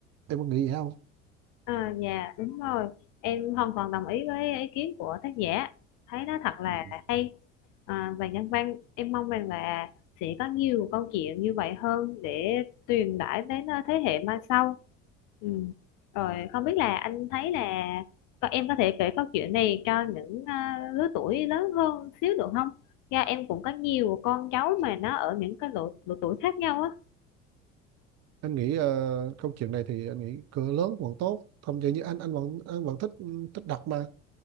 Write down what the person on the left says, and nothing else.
à, dạ đúng rồi em hoàn toàn đồng ý với ý kiến của tác giả thấy nó thật là
hay à, và nhân văn em mong rằng là sẽ có nhiều câu chuyện như vậy hơn để truyền tải đến à, thế hệ mai sau ừ. rồi không biết là anh thấy là còn em có thể kể câu chuyện này cho những à, lứa tuổi lớn hơn xíu được không? Dạ em cũng có nhiều con cháu mà nó ở những cái độ, độ tuổi khác nhau á